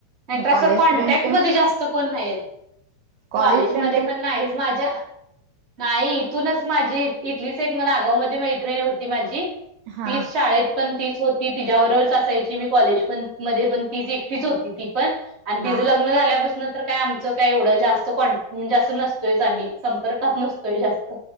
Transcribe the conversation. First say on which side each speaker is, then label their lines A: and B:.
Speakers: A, on the right; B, on the right.
A: नंतर
B: कॉलेज
A: असं कॉन्टॅक्ट
B: फ्रेंड तेन
A: म जास्त कोण नाही
B: कॉलेज
A: कॉलेजमध्येध्ये
B: फ्रेंड तेन
A: पण नाहीच माझ्या नाही इथूनच माझी इथलीच एक म आगाव मध्ये मैत्रिणी होती माझी
B: हा
A: तीच शाळेत पण तीच होती तिच्या्यावरच असायची मी कॉलेज पण म पण ती एकटीच होती ती पण आणि ति
B: हा
A: लग्न झाल्यापासून काय आमचं काय एवढं जास्त क् म्हणजे असं नसतोयच आम्ही संपर्कात नसतोय जास्त